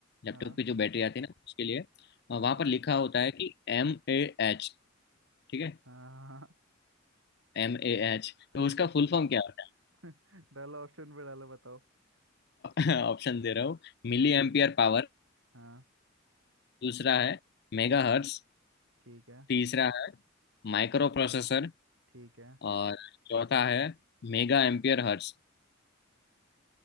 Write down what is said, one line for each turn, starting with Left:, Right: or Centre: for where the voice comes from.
Left: लैपटॉप
Right: हाँ
Left: की जो बैटरी आती है ना उसके लिए वहां
Right: हाँ
Left: पर लिखा होता है कि एम ए एच ठीक है
Right: हाँ हाँ
Left: एम ए एच
Right: ठीक
Left: तो उसका
Right: है ठीक
Left: फुल
Right: है
Left: फॉर्म क्या होता
Right: <laughs> डालो ऑप्शन पे डालो बताओ
Left: है <laughs> ऑप्शन दे रहा हूँ मिली
Right: हाँ
Left: एम्पियर पावर
Right: हाँ
Left: दूसरा है मेगा हर्ट्स
Right: ठीक है
Left: तीसरा है माइक्रो प्रोसेसर
Right: ठीक है
Left: और चौथा है मेगा एम्पियर हर्ट्स